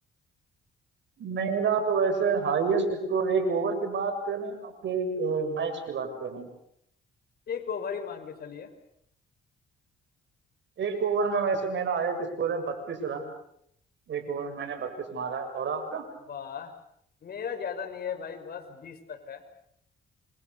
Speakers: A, on the right; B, on the left.
A: मेरा तो वैसे हाईएस्ट स्कोर एक ओवर की बात कर रहे हैं आप फिर मैच की बात कर रहे
B: एक ओवर ही मान के चलिए
A: हैं एक ओवर में वैसे मेरा हाईएस्ट स्कोर है बत्तीस रन एक ओवर में मैंने बत्तीस मारा है और आपका
B: वाह मेरा ज्यादा नहीं है भाई बस बीस तक है